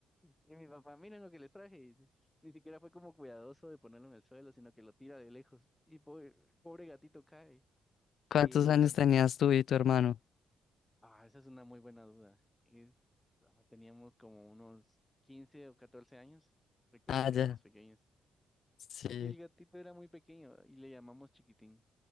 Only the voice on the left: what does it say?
¿Cuántos
años tenías tú y tu hermano?
Ah,
ya.
Sí.